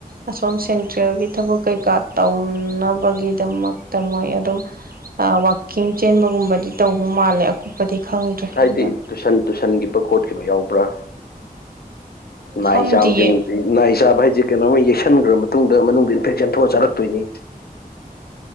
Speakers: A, on the right (about 70°); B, on the left (about 80°).
A: ꯑꯁꯣꯝ ꯁꯦꯟꯇ꯭ꯔꯦꯜꯒꯤ ꯊꯕꯛ ꯀꯩꯀꯥ ꯇꯧꯅꯕꯒꯤꯗꯃꯛꯇ ꯃꯣꯏ ꯑꯗꯨꯝ ꯋꯥꯋꯥꯛꯀꯤꯡ ꯆꯦꯟꯕꯒꯨꯝꯕꯗꯤ ꯇꯧꯕ ꯃꯥꯜꯂꯦ ꯑꯀꯨꯞꯄꯗꯤ ꯈꯪꯗ꯭ꯔꯦ
B: ꯍꯥꯏꯗꯤ
A: ꯑꯗꯣ
B: ꯇꯨꯁꯟ ꯇꯨꯁꯟꯈꯤꯕ ꯈꯣꯠꯈꯤꯕ ꯌꯥꯎꯕ꯭ꯔꯥ ꯅꯥꯏ
A: ꯈꯪꯗꯤꯌꯦ
B: ꯆꯥꯕꯁꯤꯃ ꯅꯥꯏ ꯆꯥꯕ ꯍꯥꯏꯁꯦ ꯀꯩꯅꯣꯝ ꯌꯦꯛꯁꯟꯈ꯭ꯔꯕ ꯃꯇꯨꯡ ꯇꯨꯡꯗ ꯃꯅꯨꯡꯗ ꯏꯟꯐꯦꯛꯁꯟ ꯊꯣꯛꯑ ꯆꯔꯛꯇꯣꯏꯅꯤ